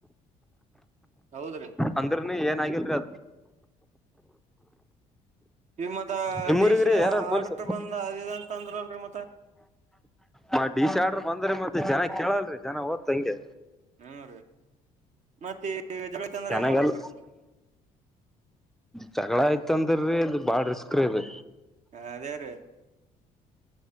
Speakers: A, on the right; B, in the centre.
A: ಹೌದ್ರಿ
B: ಅಂದ್ರ ನೀ ಏನ್ ಗಲ್ರಿ ಅದು
A: ಈ ಮತ್ತ
B: ನಿಮ್ಮೂರಿಗ್ರಿ
A: ಡಿಶ್
B: ಯಾರ ಪೊಲೀಸ್
A: ಆರ್ಡರ್ ಬಂದ ಅದು ಇಂತ ಅಂದ್ರ ಅಲ್ರಿ ಮತ್ತ
B: ಮ ಡಿಶಾರ್ ಬಂದ್ರರಿ ಮತ್ತೆ ಜನ ಕೇಳಲ್ ಜನ ಓದ್ ಹಂಗೆ
A: ಹ್ಮ ರೀ ಮತ್ತೆ ಈಗ ಜಗಳತ್ತ ಅಂದ್ರೆ
B: ಚೆನ್ನಾಗಲ್ಲ
A: ಹೆಂಗ್ ಮಾಡ್ಬೇಕ್ರೀ
B: ಜಗಳ ಆಯ್ತ ಅಂದ್ರೀ ಇದು ಬಾಳ ರಿಸ್ಕ್ ರೀ ಇದು
A: ಹ ಅದೇ ರ